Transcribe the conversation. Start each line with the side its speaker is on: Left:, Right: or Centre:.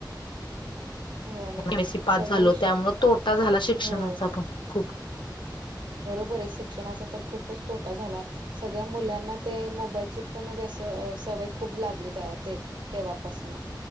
Right: हो आणि
Left: एम एस सी पास
Right: सगळे
Left: झालो
Right: श
Left: त्यामुळे तोटा झाला शिक्षणाचा
Right: हो
Left: पण. खूप
Right: बरोबर आहे शिक्षणाचा तर खूपच तोटा झाला. सगळ्या मुलांना ते मोबाईलची पण व्यस सवय खूप लागली त्या ते तेव्हापासन